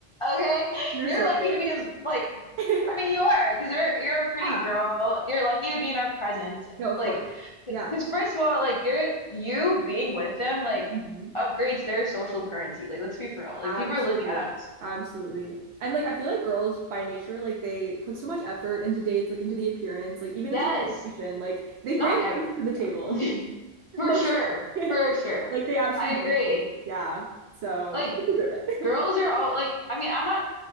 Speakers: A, on the left (about 35°); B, on the right (about 75°).
A: okay,
B: You're
A: you're
B: so
A: lucky
B: right.
A: to be in like
B: <laughs>
A: I mean you are because you're you're a pretty
B: Yeah.
A: girl. You're lucky to be in our presence.
B: No, of
A: Like,
B: course.
A: because
B: Yes.
A: first of all, like you're you being with them like
B: Mhm.
A: upgrades their social currency. Like, let's be for real. Like
B: Absolutely.
A: people are looking at us.
B: Absolutely. And like I feel like girls by nature, like they put so much effort into dates, like into the appearance, like even
A: Yes,
B: into conversation. Like they
A: not
B: bring
A: every
B: things to the
A: yeah,
B: table.
A: <laughs> for
B: Mostly.
A: sure,
B: <laughs>
A: for sure.
B: Like they absolutely
A: I agree.
B: bring. Yeah. So
A: Like
B: we deserve it.
A: Girls are all like, I mean, I'm not,